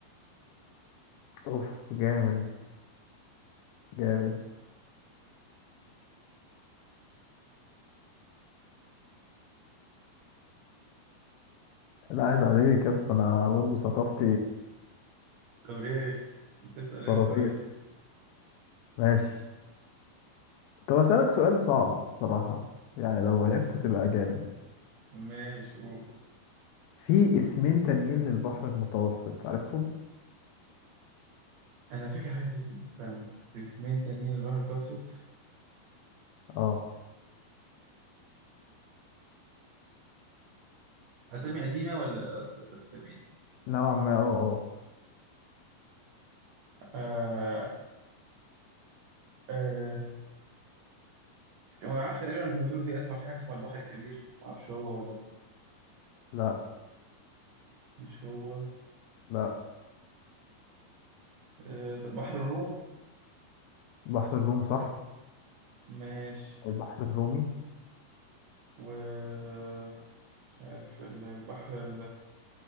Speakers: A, on the left; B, on the right.
A: <laughs> اوف جامد جامد لا عيب عليك يا اسطى انا برضه ثقافتي
B: طب إيه؟ بتسأل
A: صراصير
B: أنت ولا إيه؟
A: ماشي طب أسألك سؤال صعب بصراحة يعني لو عرفته تبقى جامد
B: ماشي قول
A: في اسمين تانيين للبحر المتوسط عارفهم؟
B: أنا فاكر حاجة زي كده استنى اسمين تانيين للبحر المتوسط
A: اه
B: أسامي قديمة ولا قصدك أسامي إيه؟
A: نوعا ما اه اه
B: آه آه كان ما أعرفش تقريبا كانوا بيقولوا في اسمع في حاجة اسمها البحر الكبير ما أعرفش هو ولا
A: لا
B: مش هو
A: لا
B: آه بحر الروم
A: بحر الروم صح
B: ماشي
A: أو البحر الرومي
B: و مش عارف البحر